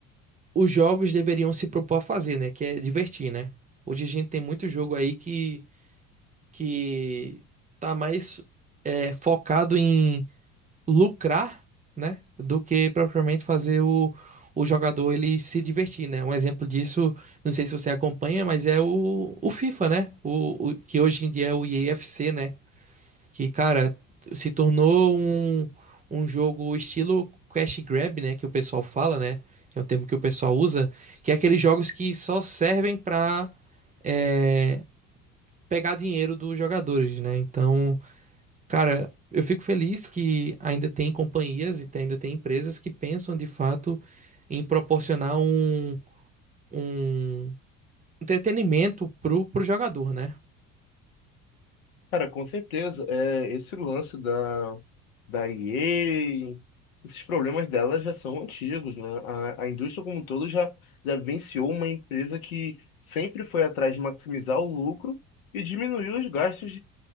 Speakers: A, on the right (about 20°); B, on the left (about 70°).
A: os jogos deveriam se propor a fazer, né? Que é divertir, né? Hoje a gente tem muito jogo aí que, que tá mais é, focado em lucrar, né, do que propriamente fazer o, o jogador ele se divertir, né? Um exemplo disso, não sei se você acompanha, mas é o, o FIFA, né? O, o- que hoje em dia é o EAFC, né? Que, cara, se tornou um, um jogo estilo cash grab, né, que o pessoal fala, né? É um termo que o pessoal usa, que é aqueles jogos que só servem pra é, pegar dinheiro dos jogadores, né? Então, Cara, eu fico feliz que ainda tem companhias e tem- ainda tem empresas que pensam de fato em proporcionar um, um entretenimento pro, pro jogador, né?
B: Cara, com certeza. É, esse lance da, da EA, esses problemas dela já são antigos, né? A, a indústria como um todo já, já venciou uma empresa que sempre foi atrás de maximizar o lucro e diminuiu os gastos